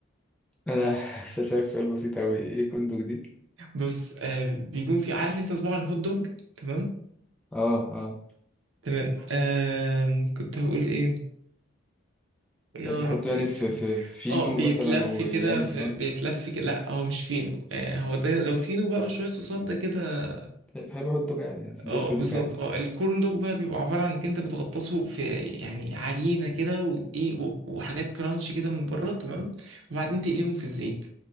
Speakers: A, in the centre; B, on the right (about 70°).
A: انا <laughs> هسألك سؤال بسيط اوي ايه كندوك دي
B: بص آه بيكون في عارف انت صباع الهوت دوج تمام
A: اه
B: تمام آه كنت هقول ايه يا
A: اه بيحط
B: رب
A: يعني
B: نسيت
A: في في فينو
B: اه بيتلف
A: مثلا ويعمل
B: كده في
A: المن...
B: بيتلف كده لا هو مش فينو آه هو ده لو فينو بقى وشويه صوصات ده كده
A: هيبقى حط دوج عادي يعني سندوتش
B: اه
A: دوج
B: بالظبط
A: عادي
B: اه الكورن دوج بقى بيبقى عباره عن انك انت بتغطسه في يعني عجينه كده وايه و- وحاجات كرانش كده من بره تمام وبعدين تقليهم في الزيت